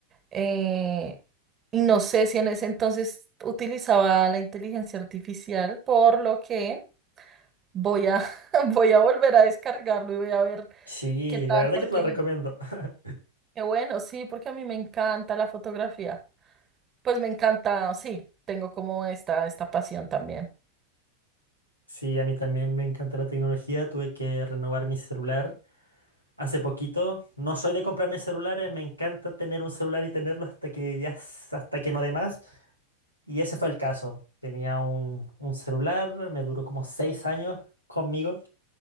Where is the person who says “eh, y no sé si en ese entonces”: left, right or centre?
Right